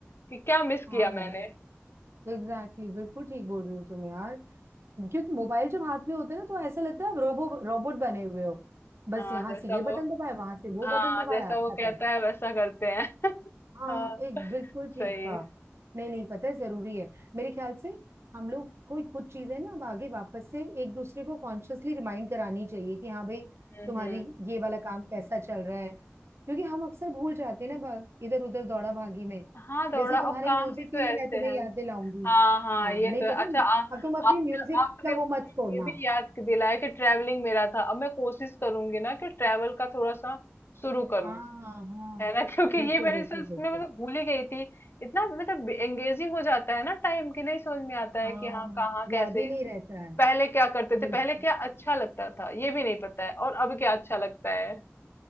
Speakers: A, on the left; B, on the right.
A: कि क्या मिस किया
B: हाँ यार
A: मैंने
B: एग्जैक्टली exactly, बिल्कुल ठीक बोल रही हो तुम यार क्योंकि मोबाइल जब हाथ में होता है ना तो ऐसा लगता है आप रोबो रोबोट बने हुए हो बस
A: हाँ
B: यहाँ
A: जैसा
B: से ये बटन
A: वो
B: दबाया वहां से वो
A: हाँ
B: बटन दबाया
A: जैसा वो
B: खत्म
A: कहता है वैसा करते हैं
B: हाँ
A: हाँ
B: एक बिल्कुल ठीक
A: सही
B: कहा नहीं नहीं पता है जरूरी है मेरे ख्याल से हम लोग कोई कुछ चीजें ना अब आगे वापस से एक दूसरे को कॉन्शियसली रिमाइंड करानी चाहिए कि हाँ भाई
A: हम्म
B: तुम्हारी
A: हम्म।
B: ये वाला काम कैसा चल रहा है क्योंकि हम अक्सर भूल जाते हैं ना इधर उधर दौड़ा भागी में
A: हाँ दौड़ा
B: जैसे तुम्हारे
A: और काम
B: म्यूजिक
A: भी
B: के
A: तो ऐसे
B: लिए मैं तुम्हें
A: है
B: याद दिलाऊंगी
A: हाँ हाँ
B: हाँ
A: ये
B: नहीं
A: तो है
B: पता
A: अच्छा
B: है,
A: आ,
B: अब तुम अपनी
A: आपने
B: म्यूजिक
A: आपने
B: का वो
A: मुझे
B: मत छोड़ना
A: ये भी याद दिलाया कि ट्रैवलिंग मेरा था अब मैं कोशिश करूंगी ना कि ट्रैवल का थोड़ा सा शुरू करूं
B: हाँ हाँ
A: है ना <laughs> क्योंकि
B: बिल्कुल
A: ये मेरे
B: बिल्कुल
A: से मैं
B: बिल्कुल
A: मतलब भूल ही गई थी इतना मतलब एंगेजिंग हो जाता है ना टाइम कि नहीं समझ में आता
B: हाँ
A: है कि हाँ कहाँ
B: याद
A: कैसे
B: ही नहीं रहता है
A: पहले क्या करते
B: बिल्कुल
A: थे पहले क्या अच्छा लगता था ये भी नहीं पता है और अब क्या अच्छा लगता है